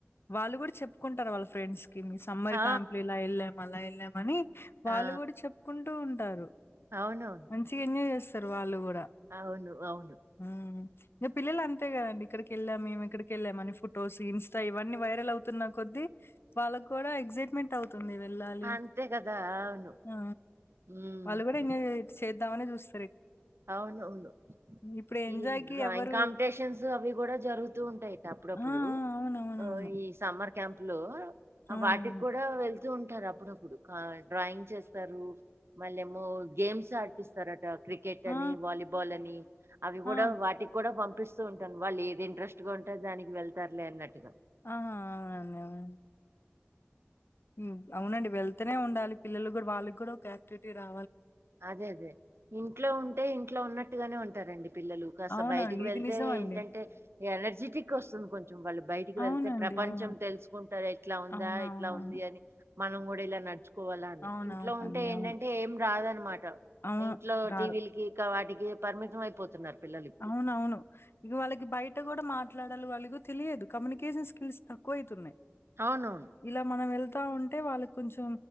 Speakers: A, on the left (about 70°); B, on the right (about 80°).
A: వాళ్ళు కూడా చ్ చెప్పుకుంటారు వాళ్ళ ఫ్రెండ్స్ మీ సమ్మర్
B: ఆ
A: క్యాంప్ లో ఇలా వెళ్ళాము అలా వెళ్ళామని వాళ్ళు
B: ఆ
A: కూడా చెప్పుకుంటూ ఉంటారు
B: అవునవును
A: మంచిగా ఎంజయ్ చేస్తారు వాళ్ళు కూ
B: అవును అవును
A: మ్ ఇంకా పిల్లలు అంతే కదండి ఇక్కడికేళ్ళం మేము ఇక్కడికేళ్ళామని ఫొటోస్ ఇన్స్ట ఇవన్నీ వైరల్ అవుతున్ తిన్న కొద్ధి వాళ్ళకు కూడా ఎక్సైట్మెంట్ అవ్ తింది వెళ్ళాలి
B: అంతే కదా అవును
A: అ
B: ఉమ్
A: వాళ్ళు కూడా ఎంజాయ్ చేద్దామనే చూస్
B: అవునవును
A: ఇప్పుడు ఎంజాయ్‌కి
B: ఈ డ్రాయింగ్
A: ఎవరు
B: కాంపిటీషన్స్ అవి కూడా జరుగుతూ ఉంటాయి అప్పుడప్పుడు
A: ఆ! ఆ! అవునవునవును.
B: ఆ ఈ సమ్మర్ క్యాంప్ లో
A: అవునవును.
B: వాటికి కూడా వెళ్తూ ఉం ంటారు అప్పుడప్పుడు డ్రాయింగ్ చేస్తారు మళ్ళి ఏమో గేమ్స్ ఆడిపిస్తరట క్రిక్
A: ఆ!
B: అని వాలీబాల్ అని అవి
A: ఆ!
B: కూడా
A: ఆ!
B: వాటికి కూడా పం కపిస్తూ ఉంటాను వాళ్ళు ఏది ఇంట్రెస్ట్గా ఉంటే దానికి వెళ్తారులే అన్నట్
A: ఆ అవునండి అవునండి మ్ అవునండి వెళ్తనే ఉండాలి పిల్లలు కూడా వాళ్ళ కూడా ఒక యాక్టివిటీ రా
B: అదే అదే ఇంట్లో ఉంటే ఇంట్లో ఉన్నట్టుగానే ఉంటారండి పిల్లలు కాస్త
A: అవునండి.
B: బయటకి
A: ఇది
B: వెళ్తే
A: నిజమండి.
B: ఏంటంటే ఎనర్జెటిక్ వస్తది కొంచెం వాళ్ళు బయటకి
A: అవునండి.
B: వెళ్తే ప్ర పపంచం
A: అవును.
B: తెలుసుకుంటరు ఇట్లా ఉందా
A: అవునవునవును.
B: ఇట్లా ఉంది అని మనం కూడా ఇలా నడుచుకోవాలా అని
A: అవునవునండి.
B: ఇంట్లో ఉంటే ఏంటంటే
A: అవును.
B: ఏం రాదన్
A: అవును
B: ఇంట్లో
A: రాదు.
B: టీవీలకి ఇకా వాటికి పరిమితం అయిపోతున్నారు పిల్లలు ఇప్పుడు
A: అవునవును ఇగ వాళ్ళకి బయట కూడా మాట్లాడ్ వాళ్లకు తెలియదు కమ్యనికన్ స్కిల్స్ తక్కువై తున్నాయి
B: అవునవును
A: ఇల మనం వెల్ స్తా ఉంటే వాళ్ళకి కొంచెం